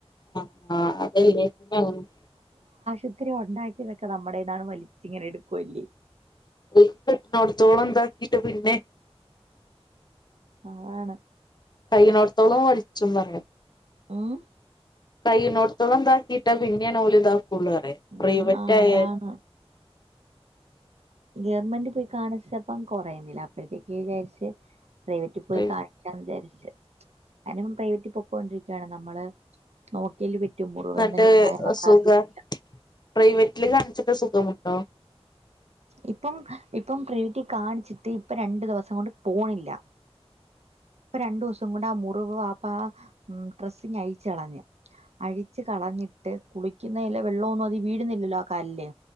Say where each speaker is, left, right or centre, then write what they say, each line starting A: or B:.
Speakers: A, on the left; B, on the right.
A: ആഹ് ആഹ് അതലേ <unintelligible>
B: ഒത്തിരി ഒണ്ടാക്കിയതൊക്കെ നമ്മടയീന്നാണ് വലിച്ചിങ്ങനെ എടുക്കുവല്ലേ
A: <unintelligible> കിട്ടിണോട് ത്തോളം തി ക്കീട്ട് പിന്നെ
B: അതാണ്
A: കഴിയുനോടത്തോളം വഴിച്ചും പറയാ
B: ഊം
A: കഴിയുന്നോടത്തോളം ഇതാക്കിയിട്ട് പിന്നേണ് ഓല് തി സ്കൂള്ല് വേറെ പ്രൈവറ്റായ
B: ഉം ആഹ് അതാണ് ഗവൺമെൻറ്റി പോയി കാണിച്ചപ്പ കൊറയുന്നില്ല അപ്പഴത്തേക്ക് വിചാരിച്ച് പ്രൈവറ്റിൽ പോയി
A: ഏഹ്
B: കാണിക്കാന്ന് വിചാരിച്ച് അതിന് പ്രൈവറ്റ് പൊ ണ്ടിരിക്കയാണ് നമ്മള് നോക്കിലു വിട്ട് റ്റു മുറിവെന്ന്
A: എന്നിട്ട് സുഖ
B: <unintelligible>
A: പ്രൈവറ്റില് കാണിച്ചിട്ട് സുഖമുണ്ടോ
B: ഇപ്പം ഇപ്പം പ്രൈവറ്റില് കാണിച്ചിട്ട് ഇപ്പൊ രണ്ടു ദിവസം കൊണ്ട് പോണില്ല ഇപ്പൊ രണ്ടൂസം കൊണ്ട് ആ മുറിവ് ആപ്പ ആ ഉം ഡ്രസ്സിങ് അഴിച്ച് കളഞ്ഞ് അഴിച്ച് കളഞ്ഞിട്ട് കുളിക്കുന്നലെ വെള്ളവും ഒന്നും അതിൽ വീഴുന്നില്ലല്ലോ ആ കാലില്